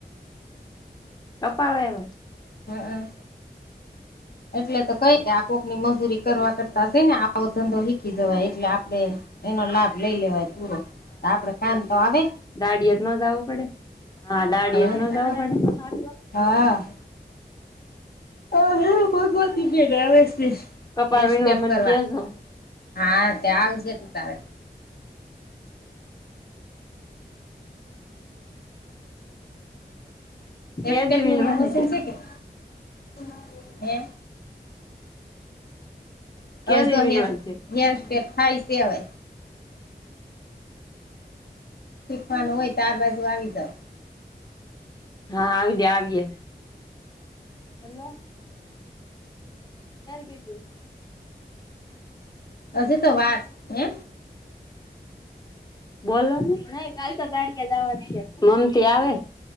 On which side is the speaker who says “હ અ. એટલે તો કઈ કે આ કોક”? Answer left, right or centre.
Left